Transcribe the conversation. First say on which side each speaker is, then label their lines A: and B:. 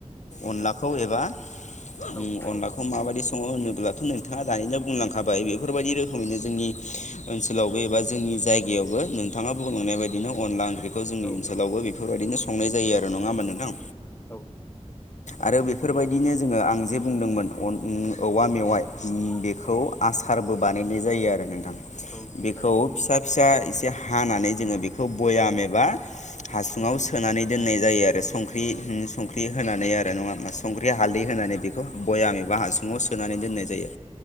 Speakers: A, on the left (about 80°); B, on the left (about 20°).
A: अनलाखौ एबा उम
B: औ
A: अनलाखौ
B: औ
A: माबायदि सङो होनोब्लाथ' नोंथाङा दानिनो बुंलांखा हाबाय बेफोरबायदि रोखोमैनो जोंनि ओनसोलावबो एबा जोंनि जायगायावबो नों नोंथाङा बुंलांनाय बायदिनो अनला ओंख्रिखौ जोंनि
B: औ
A: ओनसोलावबो बेफोरबायदिनो संनाय जायो आरो नङा होमबा नोंथां
B: औ
A: आरो बेफोरबायदिनो
B: अब्ला
A: जोङो आं जे बुंदोंमोन औवा मेवाइ,
B: औ
A: बेखौ
B: औ
A: आसारबो बानायनाय जायो आरो नोंथां।
B: औ नंगौ
A: बेखौ
B: थारैनो
A: फिसा फिसा एसे हानानै जोङो बेखौ बयाम एबा हासुङाव सोनानै दोननाय जायो आरो संख्रि, संख्रि होनानै आरो। नङा होमबा संख्रि हालदै
B: औ
A: होनानै बेखौ बयाम एबा हासुङाव सोनानै दोननाय जायो।